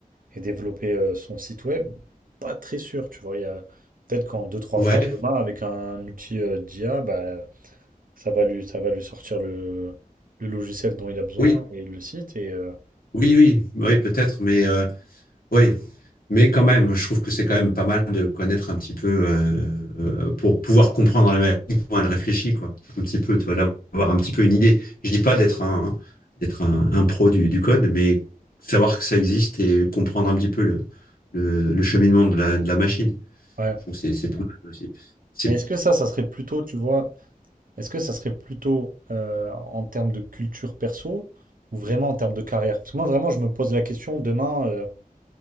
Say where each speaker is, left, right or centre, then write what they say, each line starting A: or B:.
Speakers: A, on the right (about 70°); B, on the left (about 80°).
A: et développer, heu, son site web? Pas très sûr, tu vois? Il y a peut-être qu'en deux trois
B: Ouais,
A: phrases, demain, avec un outil, heu, d'IA, bah, ça va lui ça va lui sortir le le logiciel dont il a besoin
B: oui,
A: et le site et heu,
B: oui, oui, oui, peut-être, mais euh, Oui, mais quand même, je trouve que c'est quand même pas mal de connaître un petit peu euh, euh, pour pouvoir comprendre la machine, comment elle réfléchit, quoi. Un petit peu, tu vois, d'avoir un petit peu une idée. Je dis pas d'être un, d'être un, un pro du, du code, mais savoir que ça existe et comprendre un petit peu le, le, le cheminement de la, de la machine.
A: ouais.
B: Je trouve que c'est, c'est pas mal aussi. C'est,
A: Mais est-ce que ça, ça serait plutôt, tu vois? Est-ce que ça serait plutôt, heu, en termes de culture perso ou vraiment en termes de carrière? Parce que moi, vraiment, je me pose la question demain, heu